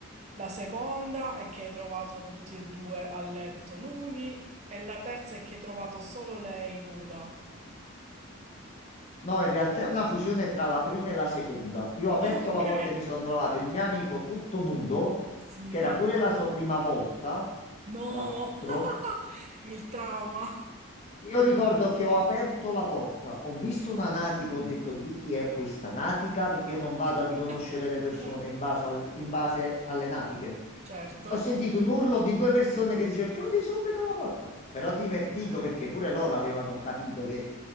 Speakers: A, on the right; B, on the left.
A: La seconda è che hai trovato tutti e due a letto nudi. E la terza è che hai trovato solo lei nuda.
B: No, in realtà è una fusione tra la prima e la seconda. Io ho aperto
A: <laughs>
B: la porta
A: Ok?
B: e mi sono trovato il mio amico tutto nudo,
A: Sì.
B: che era pure la sua prima volta,
A: No!
B: tra l'altro.
A: <laughs> Il trauma.
B: Io ricordo che ho aperto la porta, ho visto una natica, ho detto di chi è questa natica, perché io non vado
A: <laughs>
B: a riconoscere le persone in base, al- in base alle natiche.
A: Certo.
B: Ho sentito un urlo di due persone che dicevano chiudi subito la porta. Però divertito
A: Eh?
B: perché pure loro avevano capito che